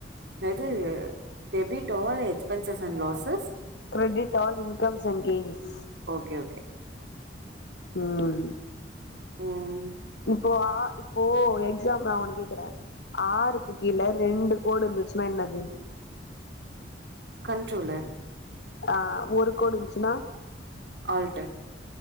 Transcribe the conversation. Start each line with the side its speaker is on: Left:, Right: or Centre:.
Right: அது debit all expenses and losses
Left: credit all incomes and gains
Right: okay okay
Left: um
Right: um
Left: இப்போ ஆ ஓ exam நா ஒன்னு கேக்குறே ஆறுக்கு கீழ ரெண்டு கோடு இருந்துச்சுன்னா என்னது
Right: கண்ட்ரோலு
Left: ஆ ஒரு கோடு வந்துச்சுன்னா
Right: ஆல்டர்